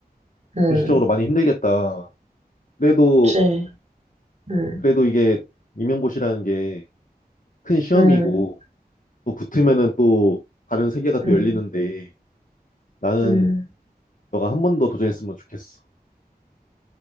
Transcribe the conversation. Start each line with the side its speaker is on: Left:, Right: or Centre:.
Right: 응,
Left: 정신적으로 많이 힘들겠다. 그래도,
Right: 그치. 응,
Left: 그래도 이게 임용고시라는 게 큰 시험이고,
Right: 응,
Left: 또 붙으면은 또 다른 세계가
Right: 응,
Left: 또 열리는데, 나는
Right: 응.
Left: 너가 한 번 더 도전했으면 좋겠어.